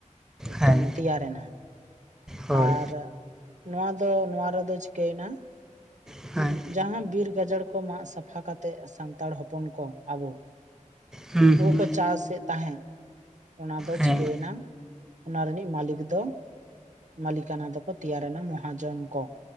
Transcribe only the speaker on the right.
ᱢᱤᱫᱴᱟᱝ
ᱛᱮᱭᱟᱨᱮ ᱮᱱᱟ
ᱟᱨ ᱱᱚᱣᱟ ᱫᱚ ᱱᱚᱣᱟ ᱫᱚ ᱪᱤᱠᱟᱹᱭᱱᱟ
ᱡᱟᱦᱟᱸ ᱵᱤᱨ ᱜᱟᱡᱟᱲ ᱠᱚ ᱢᱟᱜ ᱥᱟᱯᱷᱟ ᱠᱟᱛᱮᱫ ᱥᱟᱱᱛᱟᱲ ᱦᱚᱯᱚᱱ ᱠᱚ ᱟᱵᱚ
ᱦᱩᱲᱩ
ᱠᱚ ᱪᱟᱥᱮᱫ ᱛᱟᱦᱮᱸᱫ ᱚᱱᱟ ᱫᱚ
ᱪᱤᱠᱟᱹᱭᱮᱱᱟ
ᱚᱱᱟ ᱨᱤᱱᱤᱡ ᱢᱟᱞᱤᱠ ᱫᱚ ᱢᱟᱞᱤᱠᱟᱱᱟ ᱫᱚᱠᱚ ᱛᱮᱭᱟᱨ ᱮᱱᱟ ᱢᱚᱦᱟᱡᱚᱱ ᱠᱚ